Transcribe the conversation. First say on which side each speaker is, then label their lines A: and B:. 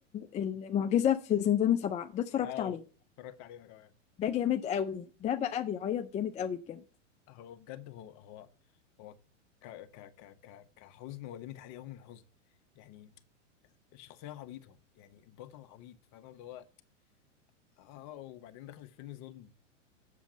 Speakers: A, on the left; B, on the left.
A: المعجزة في زنزانة سبعة ده اتفرجت
B: اه
A: عليه
B: اتفرجت عليه انا كمان
A: ده جامد قوي ده بقى بيعيط جامد قوي بجد
B: هو بجد هو هو هو ك ك ك ك كحزن هو ليميت عليه قوي من الحزن يعني الشخصيه عبيطه يعني البطل عبيط فاهم اللي هو اه وبعدين دخل الفيلم ظلم